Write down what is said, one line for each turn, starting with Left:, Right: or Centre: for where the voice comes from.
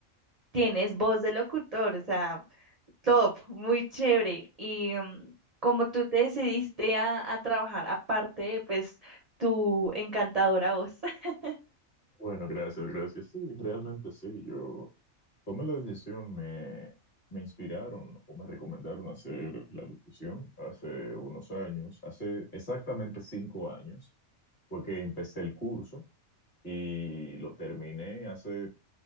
Right: tienes voz de locutor, o sea. Top, muy chévere. Y mm, como tú te decidiste a, a trabajar aparte de pues tu encantadora voz. <laughs>
Left: Bueno, gracias, gracias. Sí, realmente sí. Yo tomé la decisión, me, me inspiraron o me recomendaron hacer la locución hace unos años, hace exactamente cinco años, fue que empecé el curso y lo terminé hace